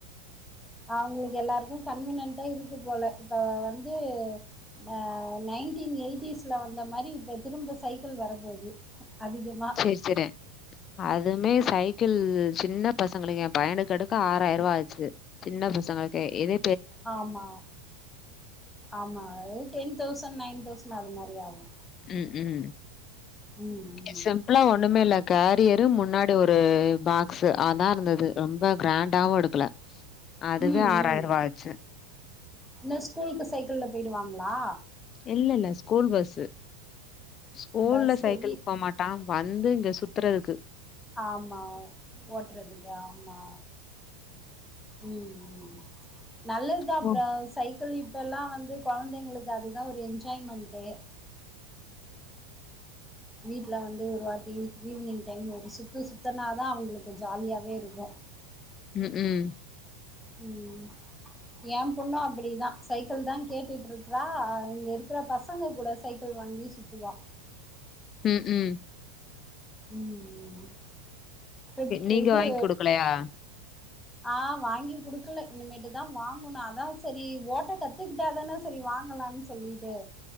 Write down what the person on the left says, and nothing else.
<unintelligible> அதுமே சைக்கிள் சின்ன பசங்களுக்கு எ பையனுக்கு எடுக்க ஆறாயிருவா ஆச்சு சின்ன பசங்களுக்கே இது
ம் ம்
சிம்பிளா ஒண்ணுமே இல்ல கேரியரு முன்னாடி ஒரு பாக்ஸ்சு அதா இருந்தது ரொம்ப கிராண்டாவு எடுக்கல
அதுவே
ஆறாயிரூவா
ஆச்சு
இல்ல இல்ல ஸ்கூல் பஸ்சு ஸ்கூல்ல
சைக்கில்
போ மாட் டா வந்து இங்க சுத்துறதுக்கு
ம்
ம் ம்
ம் ம்
நீங்க
வாங்கி குடுக்கலையா